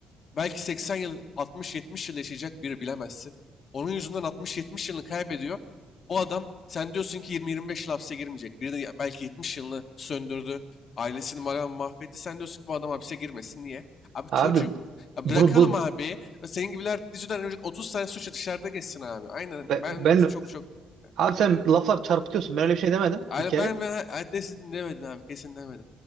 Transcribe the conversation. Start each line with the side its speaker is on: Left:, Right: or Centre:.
Left: Belki 80 yıl, 60-70 yıl yaşayacak biri bilemezsin. Onun yüzünden 60-70 yılını kaybediyor. Bu adam sen diyorsun ki 20-25 yıl hapse girmeyecek. Biri de belki 70 yılını söndürdü. Ailesini malam mahvetti. Sen diyorsun ki bu adam hapse girmesin. Niye? Abi
Right: Abi
Left: çocuk.
Right: bu-
Left: Ya
Right: bunu
Left: bırakalım
Right: bunu
Left: abi. Senin gibiler yüzünden önce 30 sene suçla dışarıda geçsin abi. Aynen.
Right: be-
Left: Ben
Right: ben
Left: çok çok. evet.
Right: abi sen laflar çarpıtıyorsun. Ben öyle bir şey demedim
Left: Abi
Right: bir kere.
Left: ben ve adresini demedin abi. Kesin demedin.